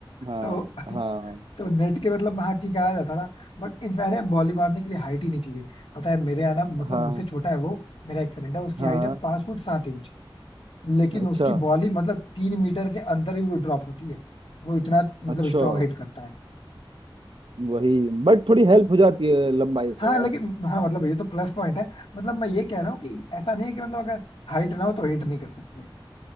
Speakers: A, on the right; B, on the left.
A: हाँ
B: तो <laughs>
A: हाँ
B: तो नेट के मतलब हाँ ठीक है, आ जाता था बट इनफैक्ट यार बॉली मारने के लिए हाइट ही नहीं चाहिए पता है मेरे यहाँ ना मतलब
A: हाँ
B: मुझसे छोटा है वो मेरा एक फ्रेंड है उसकी
A: हाँ
B: हाइट है पांच फुट सात इंच लेकिन
A: अच्छा
B: उसकी बॉली मतलब तीन मीटर के अंदर ही वो ड्रॉप होती है वो इतना मतलब
A: अच्छा
B: स्ट्रॉन्ग हिट करता है
A: वही बट थोड़ी हेल्प हो जाती है लंबाई से
B: हाँ
A: यार
B: लेकिन हाँ मतलब ये तो प्लस पॉइंट है मतलब मैं ये कह रहा हूँ कि ऐसा नहीं है कि मतलब अगर हाइट ना हो तो हिट नहीं कर सकते